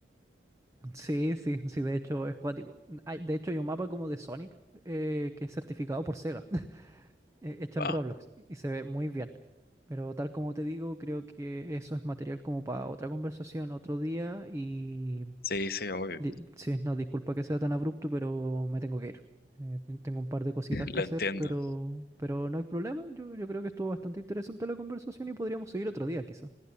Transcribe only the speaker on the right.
sí, sí, sí, de hecho es cuático. Hay- de hecho hay un mapa como de Sonic eh, que es certificado por Sega, <laughs> eh, hecho
en Roblox y se ve muy bien. Pero tal como te digo, creo que eso es material como para otra conversación otro día y...
Li- Sí, no, disculpa que sea tan abrupto, pero me tengo que ir. Eh, ten- tengo un par de cositas que
hacer,
pero, pero no hay problema. Yo, yo creo que estuvo bastante interesante la conversación y podríamos seguir otro día, quizá.